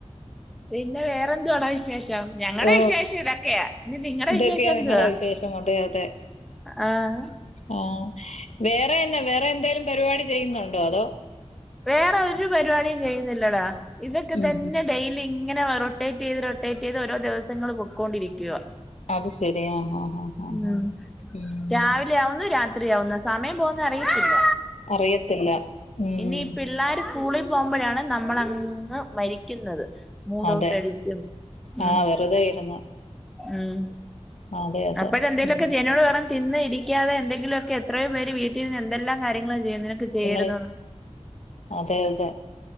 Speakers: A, in the centre; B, on the left.
A: പിന്നെ വേറെന്തുവാടാ വിശേഷം ഞങ്ങടെ
B: ഓ
A: വിശേഷം ഇതൊക്കെയ ഇനി നിങടെ
B: ഇതൊക്കെയാ
A: വിശേഷം എന്തുവാ
B: നിങ്ങടെ വിശേഷം അതെ അതെ
A: ആഹ്
B: ആഹ് വേറെനാ വേറെ എന്തെലും പരിപാടി ചെയ്യുന്നുണ്ടോ അതോ
A: വേറെ ഒരു പരിപാടിയും ചെയ്യുന്നില്ലടാ ഇതൊക്കെ
B: ഉം
A: തന്നെ
B: ഉം
A: ഡെയ്ലി ഇങ്ങനെ റൊട്ടേറ്റ് ചെയ്ത് റൊട്ടേറ്റ് ചെയ്ത് ഓരോ ദിവസങ്ങള് പൊക്കൊണ്ടിരിക്കുവാ
B: അത് ശരി ആഹ് ആഹ് ആഹ് ആഹ്
A: ഉം
B: ആഹ് ഉം
A: രാവിലെയാവുന്നു രാത്രിയാവുന്നു സമയം പോന്ന അറിയത്തില്ല
B: അറിയത്തില്ല ഉം
A: ഇനി പിള്ളാര് സ്കൂളി പോകുമ്പഴാണ് നമ്മളങ്ങ് മരിക്കുന്നത് മൂഡ്
B: അതെ
A: ഔട്ടടിച്ചും ഉം
B: ആഹ് വെറുതെ ഇരുന്ന്
A: ഉം
B: അതെ അതെ
A: അപ്പൊ തെന്തേലൊക്കെ
B: ഉം
A: ചേനോട് പറ തിന്ന് ഇരിക്കാതെ എന്തെങ്കിലൊക്കെ എത്രയോ പേര് വീട്ടിര്ന്ന് എന്തെല്ലാം കാര്യങ്ങളാ ചെയ്യ്ണെ <unintelligible>
B: ണ്ട് അതെ അതെ